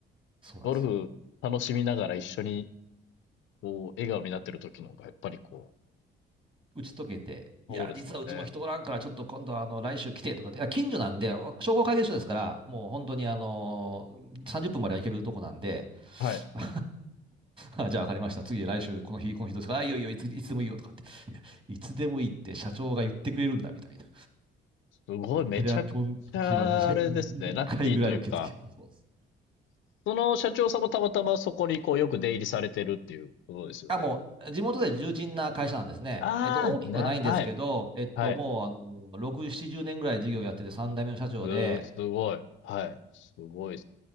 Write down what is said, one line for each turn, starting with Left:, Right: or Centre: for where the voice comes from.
Right: そうなんですよ。
Left: ゴルフ楽しみながら一緒に、こう、笑顔になってる時の方が、やっぱりこう、
Right: 打ち解けて、
Left: そうですね。
Right: いや、実はうちも人おらんから、ちょっと今度あの来週来てとかって、いや近所なんで、商工会議所ですから、もう本当にあの30分までは行けるとこなんで、
Left: はい。
Right: あの <laughs> あじゃあ分かりました、次来週、この日、この日どうですか、あ、いいよいいよ、いつ、いつでもいいよとかって、いやいつでもいいって社長が言ってくれるんだみたいな。
Left: すごい、めちゃくちゃ、
Right: テレアポの時は20
Left: あれですね。
Right: 20回ぐらい受け付けます。
Left: ラッキーというか、その社長さんもたまたまそこにこうよく出入りされてるっていうことですよね。
Right: あ、もう、地元で重鎮な会社なんですね。
Left: ああ、
Right: えっと、大きくはないんですけど、
Left: な、はい、
Right: えっと、
Left: はい。
Right: もう、あの、6、70年ぐらい事業やってて、3代目の社長で、
Left: す、すごい。はい。すごいっす。